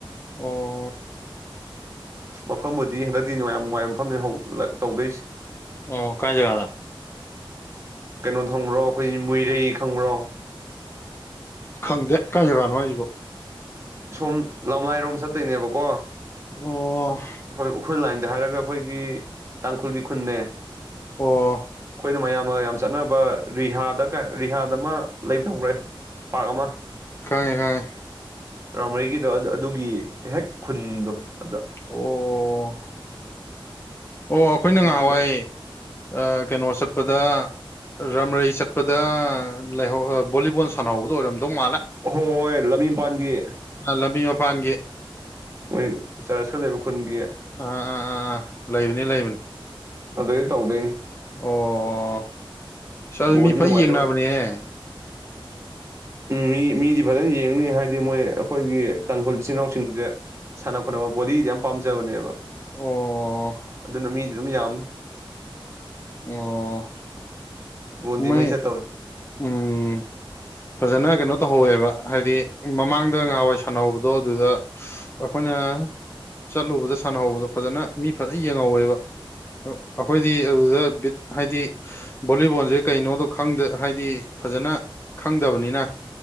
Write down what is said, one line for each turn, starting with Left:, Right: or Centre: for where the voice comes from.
Left: ꯑꯣ
Right: ꯃꯐꯝꯕꯨꯗꯤ ꯍꯟꯗꯛꯇꯤ ꯅꯨꯡ ꯌꯥꯝ ꯅꯨꯡꯉꯥꯏꯕ ꯃꯐꯝꯅꯤ ꯇꯧꯗꯣꯏꯁꯦ
Left: ꯑꯣ ꯀꯥꯏ ꯖꯒꯥꯗ
Right: ꯀꯩꯅꯣ ꯈꯪꯕ꯭ꯔꯣ ꯑꯩꯈꯣꯏꯒꯤ ꯃꯨꯏꯔꯩ ꯈꯪꯕ꯭ꯔꯣ
Left: ꯈꯪꯗꯦ ꯀꯥꯏꯖꯒꯥꯅꯣ ꯍꯥꯏꯁꯤꯕꯨ
Right: ꯁꯣꯝ ꯂꯝꯂꯥꯏꯔꯣꯝ ꯆꯠꯇꯣꯏꯅꯦꯕꯀꯣ
Left: ꯑꯣ
Right: ꯍꯣꯏ ꯎꯔꯈꯨꯜ ꯂꯥꯏꯟꯗ ꯍꯥꯏꯔꯒ ꯑꯩꯈꯣꯏꯒꯤ ꯇꯥꯡꯈꯨꯜꯒꯤ ꯈꯨꯟꯅꯦ
Left: ꯑꯣ
Right: ꯑꯩꯈꯣꯏꯅ ꯃꯌꯥꯝꯅꯒ ꯌꯥꯝ ꯆꯠꯅꯕ ꯔꯤꯍꯥꯗ ꯀꯥꯏ ꯔꯤꯍꯥꯗ ꯑꯃ ꯂꯩꯕꯗꯣ ꯈꯪꯕ꯭ꯔꯥ ꯍꯦ ꯄꯥꯛ ꯑꯃ
Left: ꯈꯪꯉꯦ ꯈꯪꯉꯦ
Right: ꯔꯥꯝꯔꯩꯒꯤꯗꯣ ꯑꯗꯨꯒꯤ ꯍꯦꯛ ꯈꯨꯟꯗꯣ ꯑꯗ
Left: ꯑꯣ ꯑꯣ ꯑꯩꯈꯣꯏꯅ
Right: ꯏꯝꯐꯥꯜ
Left: ꯉꯍꯥꯟꯋꯥꯏ
Right: ꯋꯦꯁ
Left: ꯑꯥ ꯀꯩꯅꯣ ꯆꯠꯄꯗ ꯔꯥꯝꯔꯩ ꯆꯠꯄꯗ ꯂꯩꯍꯧ ꯕꯣꯂꯤꯕꯣꯜ ꯁꯥꯅꯍꯧꯕꯗꯣ ꯑꯣꯏꯔꯝꯗꯧ ꯃꯥꯜꯂꯦ
Right: ꯍꯣ ꯍꯣ ꯂꯝꯕꯤ ꯃꯄꯥꯟꯒꯤ
Left: ꯂꯝꯕꯤ ꯃꯄꯥꯟꯒꯤ
Right: ꯃꯣꯏ ꯆꯔꯁꯀ ꯂꯩꯕ ꯈꯨꯟꯒꯤ
Left: ꯑꯥ ꯑꯥ ꯑꯥ ꯑꯥ ꯂꯩꯕꯅꯤ ꯂꯩꯕꯅꯤ
Right: ꯑꯗꯩꯗ ꯇꯧꯗꯣꯏꯅꯤ
Left: ꯑꯣ ꯁꯤ
Right: ꯕꯣꯟꯗꯤ
Left: ꯃꯤ ꯐꯖꯅ
Right: ꯅꯨꯡꯉꯥꯏꯗꯧꯔꯤ
Left: ꯌꯦꯡꯅꯕꯅꯦ ꯍꯦ
Right: ꯎꯝ ꯃꯤ ꯃꯤꯗꯤ ꯐꯖꯅ ꯌꯦꯡꯅꯤ ꯍꯥꯏꯗꯤ ꯃꯣꯏ ꯑꯩꯈꯣꯏꯒꯤ ꯇꯥꯡꯈꯨꯜ ꯏꯆꯤꯟ ꯏꯅꯥꯎꯁꯤꯡꯁꯦ ꯁꯥꯟꯅ ꯈꯣꯠꯅꯕ ꯕꯣꯂꯤꯗꯤ ꯌꯥꯝ ꯄꯥꯝꯖꯕꯅꯦꯕ
Left: ꯑꯣ
Right: ꯑꯗꯨꯅ ꯃꯤꯗꯤ ꯑꯗꯨꯝ ꯌꯥꯝ
Left: ꯑꯣ
Right: ꯕꯣꯟꯗꯤ
Left: ꯃꯩ
Right: ꯆꯠꯇꯧꯔꯤ
Left: ꯎꯝ ꯐꯖꯅ ꯀꯩꯅꯣ ꯇꯧꯍꯧꯋꯦꯕ ꯍꯥꯏꯗꯤ ꯃꯃꯥꯡꯗ ꯉꯍꯥꯋꯥꯏ ꯁꯥꯟꯅꯍꯧꯕꯗꯣ ꯑꯗꯨꯗ ꯑꯩꯈꯣꯏꯅ ꯆꯠꯂꯨꯕꯗ ꯁꯥꯟꯅꯍꯧꯕꯗꯣ ꯐꯖꯅ ꯃꯤ ꯐꯖꯅ ꯌꯦꯡꯍꯧꯋꯦꯕ ꯑꯩꯈꯣꯏꯗꯤ ꯑꯗꯨꯗ ꯕꯤꯠ ꯍꯥꯏꯗꯤ ꯚꯣꯂꯤꯕꯣꯜꯁꯦ ꯀꯩꯅꯣꯗꯣ ꯈꯪꯗꯦ ꯍꯥꯏꯗꯤ ꯐꯖꯅ ꯈꯪꯗꯕꯅꯤꯅ